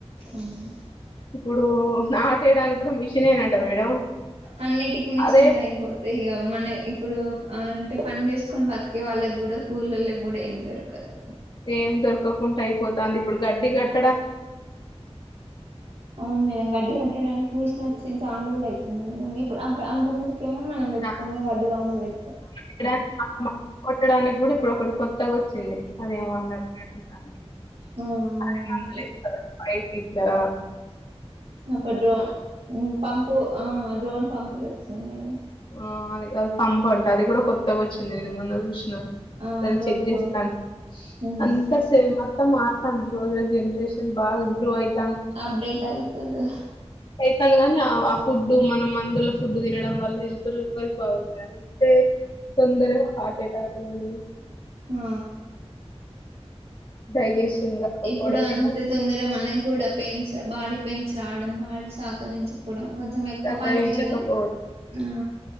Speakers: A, on the right; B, on the left.
A: అవును
B: ఇప్పుడు నాటేయడానికి కూడా మిషినే అంట మేడం.
A: అన్నిటికి మిషన్లయిపోతే
B: అదే
A: ఇగ. మొన్నే. <unintelligible> ఇప్పుడు అంటే పని చేసు. కాని బతికే వాళ్ళకి కూడా, కూలోళ్ళకి కూడా ఏమ్ దొరకదు.
B: ఏం దొరకకుండా అయిపోతాంది ఇప్పుడు గడ్డిగా గగ్
A: అవును మళ్ల మధ్యానం. <unintelligible> పెట్టడానికి మెషిన్ వచ్చి చాలారోజులు ఐతుంది మేడమ్ ఇప్. అంత అంత ముందుకేమో మనం
B: పెట్టడానికి
A: పెట్. <unintelligible> కొని వడ్డవాముల పెట్.
B: <inaudible> కొట్టడానికి కూడా ఇప్పుడు ఒకటి కొత్. త్తగ వచ్చింది అదేమోన్నారు మేడం. అన్నీ.
A: ఆ అవునండి
B: అదే మందులేస్తదా పైకిట్లా.
A: అప్పుడు డ్రోన్ పంపు ఆ డ్రోన్ పంపులు వచ్చినాయి మేడమ్.
B: ఆ అది అది పంపు అంట అది కూడా కొత్తగా వచ్చింది నేను మొన్న చూసిన.
A: ఆ
B: దాన్ని
A: డ్రోన్
B: చెక్ చేస్తాంది.
A: పంప్ ఉమ్,
B: అంతా సేమ్ మొత్తం మారతాంది. రోజు రోజు జనరేషన్ బాగా ఇంప్రూవ్ అయితు
A: అప్డేట్ ఆయితుంది.
B: సర్లేగాని ఆ ఫుడ్ మన మందుల ఫుడ్ తినడం వల్ల ఎంత. ఎవరికి <unintelligible> బాగుండట్లే అంతే తొందరగా హార్ట్ అటాక్ అని
A: ఆ
B: డైజెషన్ కాకపోవడమే
A: ఇప్పుడు అంతే తొందరగా మన కూడా పెయిన్స్ బాడీ పెయిన్స్ రావడం, బాడీ సహకరించపోవడం. కొంచెం ఎక్కువ
B: సహకరించకపోవడం
A: పని చేయగానే, ఆ